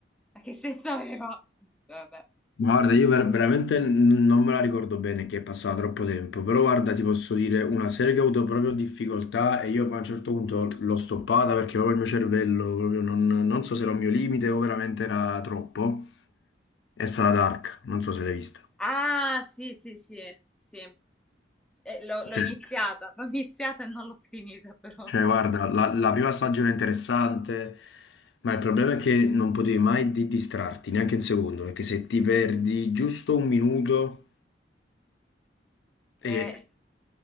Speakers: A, in the centre; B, on the left.
A: ma che senso aveva? Ho detto, vabbè.
B: Guarda, io ver- veramente n- non me la ricordo bene che è passato troppo tempo, però guarda, ti posso dire una serie che ho avuto proprio difficoltà e io poi a un certo punto l'ho stoppata perché proprio il mio cervello, proprio non, non so se era un mio limite o veramente era troppo, è stata Dark, non so se l'hai vista.
A: Ah, sì, sì, sì, sì. S- eh, l'ho l'ho
B: Cioè,
A: iniziata, l'ho iniziata e non l'ho finita, però.
B: cioè, guarda, la, la prima stagione è interessante, ma il problema è che non potevi mai di- distrarti neanche un secondo, perché se ti perdi giusto un minuto e
A: Eh,